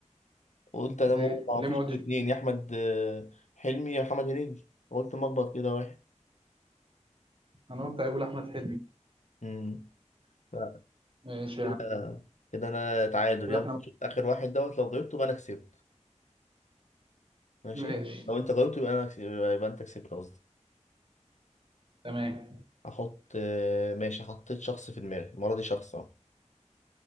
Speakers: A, on the left (about 70°); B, on the right (about 45°).
A: قلت انا
B: ليه
A: ما ما
B: ليه
A: فيش
B: ما قلتش
A: غير اتنين يا احمد آه، حلمي يا محمد هنيدي قلت مخبط كده واحد
B: انا قلت هيقول احمد حلمي
A: امم لا
B: ماشي يا
A: كده
B: عم
A: كده انا تعادل
B: قول
A: يلا
B: احمد
A: نشوف اخر واحد دوت لو جاوبته يبقى انا كسبت ماشي
B: ماشي
A: لو انت جاوبته يبقى انا كسبت. يبقى يبقى انت كسبت قصدي
B: تمام
A: احط آه، ماشي حطيت شخص في دماغي المره دي شخص اهو